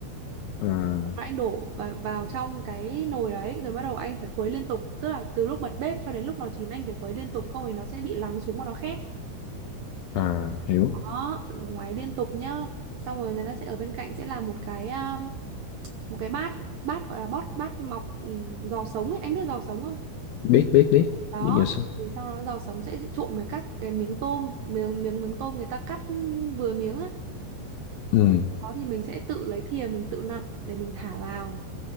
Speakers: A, on the left; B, on the right.
A: à
B: rồi anh đổ và vào trong cái nồi đấy rồi bắt đầu anh phải khuấy liên tục tức là từ lúc bật bếp cho đến lúc nó chín anh phải khuấy liên tục không thì nó sẽ bị lắng xuống mà nó khét
A: à hiểu
B: đó ngoáy liên tục nhá xong rồi người ta sẽ ở bên cạnh sẽ làm một cái à, một cái bát bát gọi là bót bát mọc ừ, giò sống ấy anh biết giò sống không
A: biết biết biết
B: đó
A: biết giờ xong
B: thì sau đó giò sống sẽ, sẽ trộn với các cái miếng tôm miếng miếng miếng tôm người ta cắt ừ, vừa miếng á
A: ừ
B: đó thì mình sẽ tự lấy thìa mình tự nặn để mình thả vào